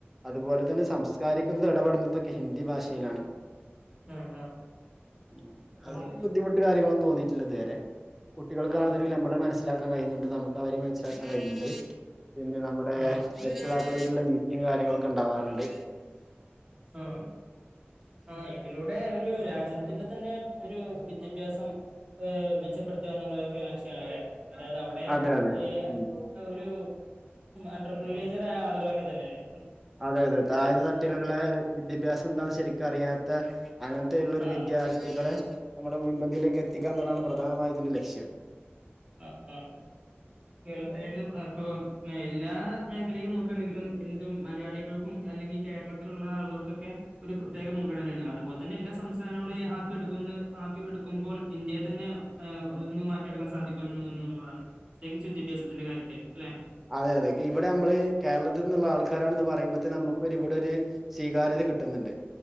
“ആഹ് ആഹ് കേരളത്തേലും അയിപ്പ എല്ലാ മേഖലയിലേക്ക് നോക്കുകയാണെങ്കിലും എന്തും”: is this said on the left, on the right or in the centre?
Right